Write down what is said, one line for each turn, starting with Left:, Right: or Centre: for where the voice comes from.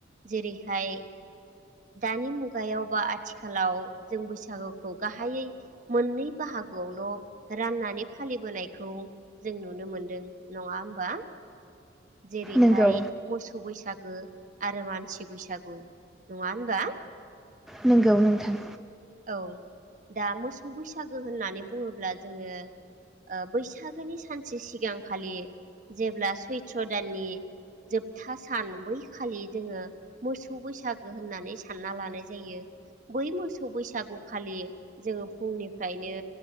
Right: जेरैहाय दानि मुगायाव बा आथिखालाव जों बैसागुखौ गाहायै मोननै बाहागोआवल' राननानै फालिबोनायखौ जों नुनो मोनदों नङा होमबा जेरैहाय
Centre: नोंगौ
Right: मोसौ बैसाग आरो मानसि बैसागु नङा होनबा
Centre: नोंगौ नोंथां
Right: औ दा मोसौ बैसागो होननानै बुङोब्ला जोङो ओ बैसागोनि सानसे सिगांखालि जेब्ला सैथ्र' दाननि जोबथा सान बै खालि जोङो मोसौ बैसागो होननानै सानना लानाय जायो बै मोसौ मोसौ बैसागुखालि जोङो फुंनिफ्रायनो